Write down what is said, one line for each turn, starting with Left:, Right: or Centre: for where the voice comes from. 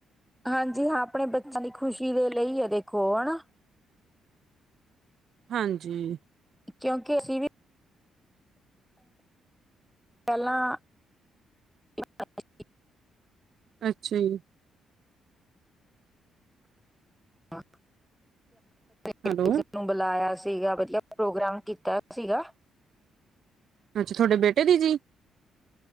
Centre: ਹਾਂਜੀ ਹਾਂ ਆਪਣੇ ਬੱਚਿਆਂ ਦੀ ਖੁਸ਼ੀ ਦੇ ਲਈ ਆ ਦੇਖੋ ਹੈਨਾ
Right: ਹਾਂਜੀ,
Centre: ਕਿਉਂਕਿ ਅਸੀਂ ਵੀ ਪਹਿਲਾਂ <inaudible>
Right: ਅੱਛਾ ਜੀ,
Centre: ਹ <unintelligible> <inaudible>
Right: ਹੈਲੋ।
Centre: ਨੂੰ ਬੁਲਾਇਆ ਸੀ। ਸੀਗਾ ਵਧੀਆ ਪ੍ਰੋਗਰਾਮ ਕੀਤਾ ਸੀਗਾ।
Right: ਅੱਛਾ ਤੁਹਾਡੇ ਬੇਟੇ ਦੀ ਜੀ